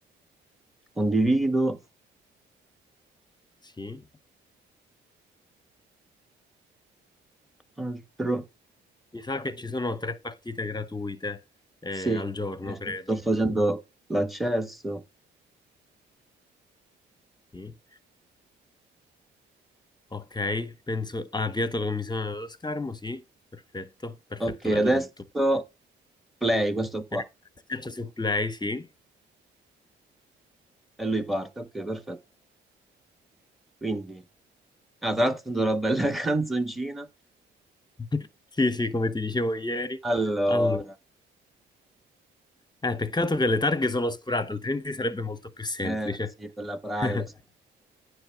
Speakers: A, in the centre; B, on the left (about 20°).
A: condivido,
B: Sì,
A: altro.
B: mi sa che ci sono tre partite gratuite eh,
A: Sì,
B: al giorno,
A: sì, sì,
B: credo.
A: sto facendo l'accesso.
B: Sì. Ok, penso... Ha avviato la commissione dello schermo, sì. Perfetto, perfetto,
A: Ok,
B: vedo
A: adesso
B: tutto.
A: play, questo qua.
B: Eh, schiaccia su play, sì.
A: E lui parte, ok, perfetto. Quindi, ah, tra l'altro sento una bella <laughs> canzoncina.
B: <laughs> Sì, sì, come ti dicevo ieri.
A: Allora,
B: Allora, eh, peccato che le targhe sono oscurate, altrimenti sarebbe molto più semplice.
A: eh, sì, per la privacy.
B: <laughs>